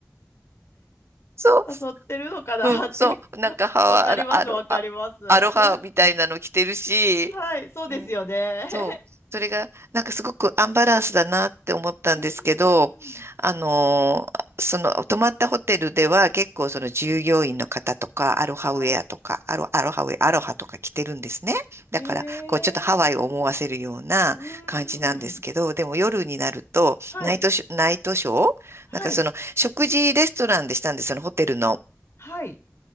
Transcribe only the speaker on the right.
そ
う、うん、そう、なんかハワ、
あの、アロ、
あアロハみたいなの着てるし、
うんそう。それが、なんかすごくアンバランスだなって思ったんですけど、
あのーその、泊まったホテルでは結構その従業員の方とか、アロハウェアとか、
アロ、アロハウェア、アロハとか着てるんですね。だから、
こう、ちょっとハワイを思わせるような感じなんですけど、
でも夜になると、
ナイトショ、ナイトショーなんかその、
食事レストランでしたんです、そのホテルの。